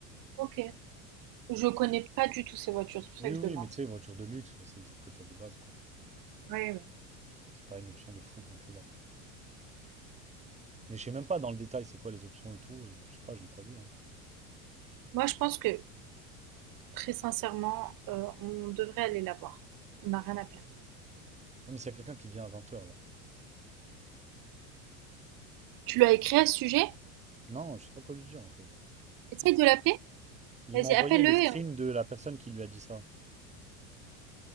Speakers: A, on the right; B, on the right.
A: Ok. Je connais pas du tout ces voitures, c'est pour
B: Oui,
A: ça que
B: oui,
A: je demande.
B: mais tu sais, voiture de luxe, c'est des trucs que t'as de base, quoi.
A: Oui, oui.
B: C'est pas une option de fou quand tu l'as, quoi. Mais je sais même pas dans le détail c'est quoi les options et tout. euh, Je sais pas, je l'ai pas vu. hein.
A: Moi, je pense que, très sincèrement, euh, on devrait aller la voir. On n'a rien à perdre.
B: Non, mais s'il y a quelqu'un qui vient à 20h là.
A: Tu lui as écrit à ce sujet?
B: Non, je sais pas quoi lui dire en fait.
A: Essaye de l'appeler.
B: Il
A: Vas-y,
B: m'a envoyé
A: appelle-le
B: le
A: et
B: screen de la personne qui lui a dit ça.